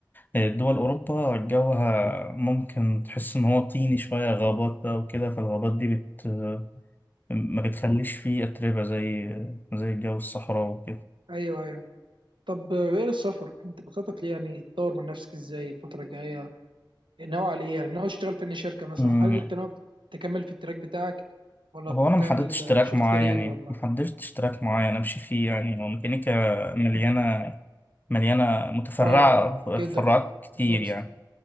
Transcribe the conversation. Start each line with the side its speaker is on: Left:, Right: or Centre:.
Left: آه، دول أوروبا جوها ممكن تحس إن هو طيني شوية غابات بقى وكده فالغابات دي بت ما بتخليش فيه أتربة زي زي الجو الصحراوي
Right: ايوه ايوه طب غير السفر انت بتخطط ليه يعني تطور من نفسك ازاي الفتره الجايه ناوي على ايه يعني ناوي تشتغل في أي شركه مثلا
Left: وكده
Right: هل انت ناوي تكمل في التراك بتاعك ولا
Left: هو انا ما
Right: تعمل
Left: حددتش تراك
Right: شيفت
Left: معين
Right: كارير
Left: يعني
Right: ولا
Left: ما حددتش تراك معين امشي فيه يعني هو ميكانيكا مليانه مليانه متفرعه
Right: اه جدا
Left: تفرعات كتير
Right: بالظبط
Left: يعني